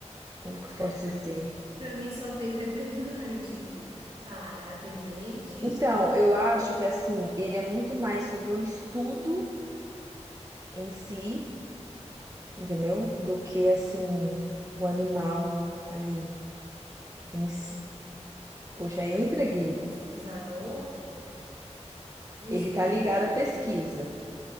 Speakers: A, on the right; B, on the right.
A: como que eu posso dizer?
B: Para mim só tem <laughs> veterinário, tipo, tá, é atendente,
A: Então, eu acho que assim, ele é muito mais sobre o estudo em si, entendeu? Do que assim, o animal ali. em si. Poxa, aí eu entreguei.
B: pesquisador, o
A: Ele
B: estudo,
A: tá ligado à pesquisa,